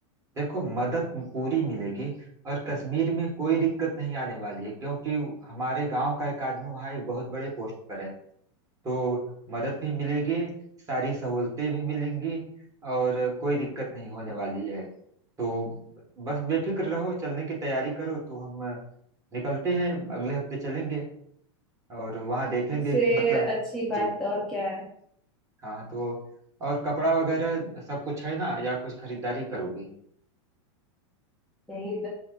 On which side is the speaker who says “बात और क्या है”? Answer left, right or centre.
Centre